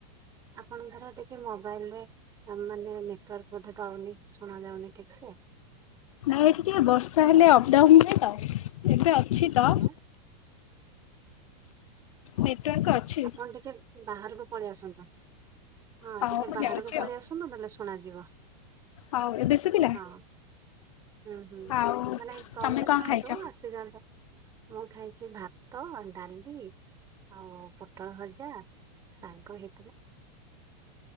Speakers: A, on the right; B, on the left.
A: ଆପଣଙ୍କର ଟିକେ ମୋବାଇଲରେ ମାନେ ନେଟୱାର୍କ ବୋଧେ ପାଉନି। ଶୁଣାଯାଉନି ଠିକ ସେ
B: ନାଇଁ ଏଠି ଟିକେ ବର୍ଷା ହେଲେ ଅପଡାଉନ ହୁଏ ତ ଏବେ ଅଛି ତ
A: ହ୍ୟାଲୋ
B: ନେଟୱାର୍କ ଅଛି।
A: ଆପଣ ଟିକେ ବାହାରକୁ ପଳେଇ ଆସନ୍ତୁ। ହଁ
B: ହଉ
A: ଟିକେ
B: ମୁଁ
A: ବାହାରକୁ
B: ଯାଉଛି
A: ପଳେଇ
B: ଆଉ।
A: ଆସନ୍ତୁ ଭଲ ସବ୍ ଶୁଣାଯିବ।
B: ହଉ ଏବେ ଶୁଭିଲା?
A: ହଁ ହୁଁ ହୁଁ
B: ଆଉ
A: ମାନେ କଲରେ
B: ତମେ କଣ
A: ଥାଆନ୍ତୁ
B: ଖାଇଛ?
A: ଆସିଯାଆନ୍ତୁ। ମୁଁ ଖାଇଛି ଭାତ ଡାଲି ଆଉ ପୋଟଳ ଭଜା ସାଗ ହେଇ